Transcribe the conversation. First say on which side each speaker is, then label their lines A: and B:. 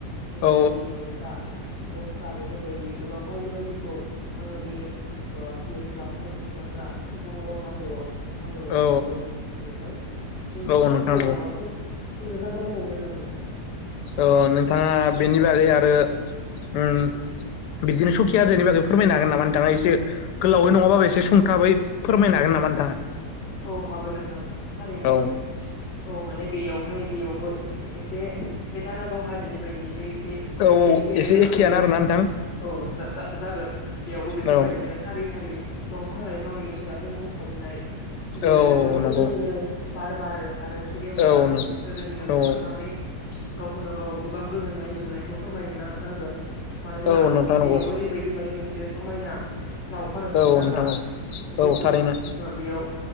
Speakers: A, on the left (about 45°); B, on the left (about 85°).
A: बेफोरबायदि
B: औ
A: मोख्रा लख्रा बेफोरबायदि गोबां बायदि बायदिखौ आङो बे ओ जिहेतु लावखार ओंखाम जाग्रा दारागव हाजोआव आङो
B: औ
A: नुहैदों नथां नोंथाङा
B: औ
A: आंखौ
B: नोंथां नंगौ
A: माबाफोर सोंनो लागा दंबावोमोन नामा नोंथां?
B: ओ नोंथाङा बेनि बागै आरो उम बिदिनो सखि जजायनि बागै फोरमायनो हागोन नामा नोंथाङा एसे गोलावै नङाबाबो एसे सुंथाबै फोरमायनो हागोन नामा नोंथाङा?
A: औ हागोन नोंथां थारैनो
B: औ
A: सैथो औ माने बेयाव बाहाय बेयावबो एखे एसे बे दारागाव हाजोनि बायदियैनो खे
B: औ
A: एखे
B: एसे
A: रोखोमैनो
B: एखेयानो आरोना नोंथां
A: औ जा जा जागोनगोन बेयावबो बेफोरबायदिनो
B: औ
A: सारि सारि दंफां लाइ गोबां मिथिंगाजों बुंफबनाय बियो
B: औ
A: जोबोद खोलो
B: नंगौ
A: खोलो बार बारो आरो सुदेम
B: औ
A: बार गोजोन मोनो
B: औ
A: थांनानै गावखौनो गाव गोबां गोजोननाय मोननायखौ फोरमायनो नांगोन मानोना
B: औ नोंथां नंगौ
A: बेयाव ओरैबायदि माने मोनसे समायना लावखार ओंखाम
B: औ
A: जाग्रा
B: नोंथां औ
A: जिहेथु
B: औ थारैनो
A: बेयाव